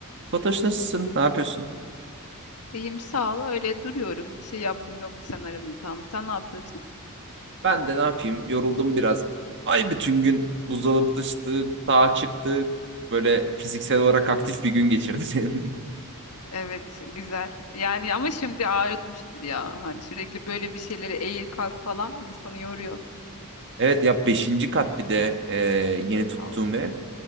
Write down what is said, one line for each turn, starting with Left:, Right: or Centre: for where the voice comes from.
Right: Fatoş nasılsın? Ne yapıyorsun?
Left: İyiyim sağ ol. Öyle duruyorum. Bir şey yaptım yoktu sen aradın tam. Sen ne yapıyorsun?
Right: Ben de ne yapayım? Yoruldum biraz. Ay bütün gün buzdolabı taşıdık, sağa çıktık. Böyle fiziksel olarak aktif bir gün geçirdim. <laughs>
Left: Evet güzel. Yani ama şimdi ağrıtmıştır ya. Hani sürekli böyle bir şeylere eğil kalk falan insanı yoruyor.
Right: Evet ya beşinci kat bir de e, yeni tuttuğum
Left: Al,
Right: ev.